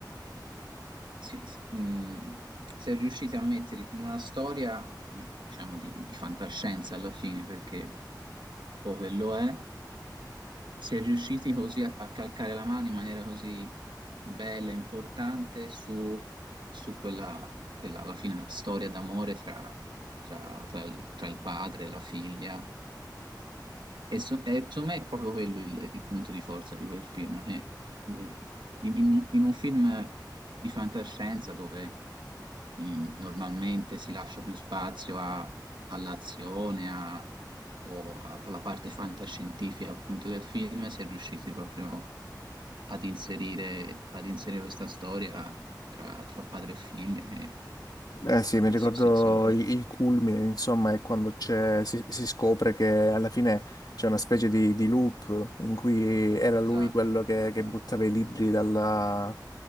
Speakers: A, on the right (about 85°); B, on the left (about 60°).
A: si, si- mh, si è riusciti a mettere in una storia, diciamo, di, di fantascienza alla fine, perché poi quello è, si è riusciti così a, a calcare la mano in maniera così bella e importante su, su quella, quella, alla fine, una storia d'amore tra, tra, tra il tra il padre e la figlia. E, so- e secondo me è proprio quello il, il punto di forza di quel film, che, eh, di- in, un in un film di fantascienza dove mm, normalmente si lascia più spazio a- all'azione a- o a- alla parte fantascientifica appunto del film, si è riusciti proprio ad inserire, ad inserire questa storia tra, tra padre e figlia, che,
B: Eh sì, mi
A: che
B: ricordo
A: so- sì, secondo me.
B: il, il culmine, insomma, è quando c'è- si, si scopre che alla fine c'è una specie di, di loop in cui era lui
A: Esatto,
B: quello che,
A: esatto,
B: che buttava i libri dalla,